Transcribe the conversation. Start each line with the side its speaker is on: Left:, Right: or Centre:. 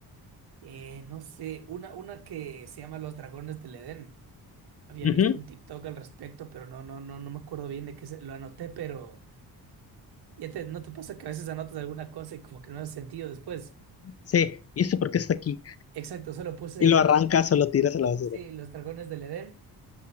Right: Eh, no sé, una, una que se llama Los Dragones del Edén. Había
Left: Ujú.
Right: visto un TikTok al respecto, pero no, no, no, no me acuerdo bien de qué se, lo anoté, pero ya te, ¿no te pasa que a veces anotas alguna cosa y como que no hace sentido después?
Left: Sí, ¿y esto por qué está aquí?
Right: Exacto, solo puse,
Left: Y lo arrancas o lo tiras a la basura.
Right: sí, Los Dragones del Edén